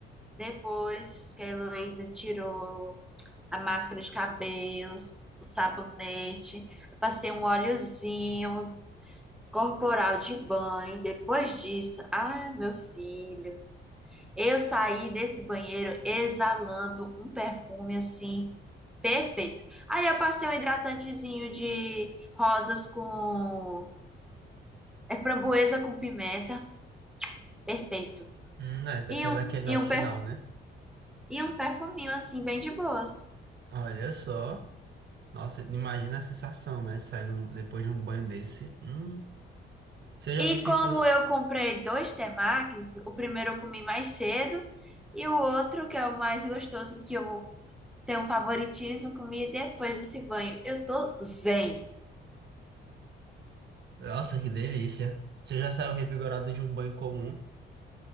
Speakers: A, in the centre; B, on the right (about 60°).
A: Depois que a Heloísa tirou a máscara de cabelos, o sabonete, eu passei um óleozinho, uns corporal de banho. Depois disso, ah, meu filho, eu saí desse banheiro exalando um perfume assim perfeito. Aí eu passei um hidratantezinho de rosas com é framboesa com pimenta, perfeito.
B: Hum, é, até
A: E
B: pra
A: uns
B: dar aquele toque
A: e um
B: final,
A: perfu-
B: né?
A: e um perfuminho assim bem de boas.
B: Olha só. Nossa, imagina a sensação, né? Saindo um- depois de um banho desse. Hum, você já
A: E
B: me sinto.
A: como eu comprei dois temakis, o primeiro eu comi mais cedo e o outro, que é o mais gostoso, que eu tenho um favoritismo, comi depois desse banho. Eu tô zen.
B: Nossa, que delícia. Você já saiu revigorado de um banho comum?